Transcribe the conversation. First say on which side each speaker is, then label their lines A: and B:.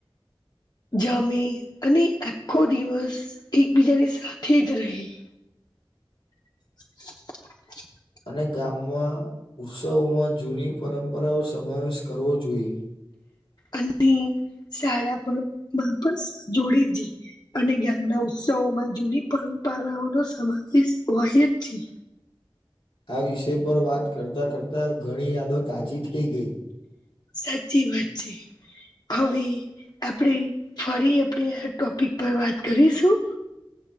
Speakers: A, on the left; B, on the left.
A: જમી અને આખો દિવસ એકબીજાની સાથે જ રહી. <inaudible>
B: અને ગામમાં, ઉત્સવોમાં જૂની પરંપરાઓ સમાવેશ કરવો જોઈ.
A: અને શાળા પણ મા પણ જોડ જ જઈ. અને જ્ઞાનના ઉત્સવોમાં જૂની પરંપરાઓ નો સમાવેશ હોય જ છી.
B: આ વિષય પર વાત કરતા કરતા, ઘણી યાદો તાજી થઈ ગઈ.
A: સાચી વાત છે. હવે આપણે ફરી આપણે આ ટોપિક પર વાત કરીશું?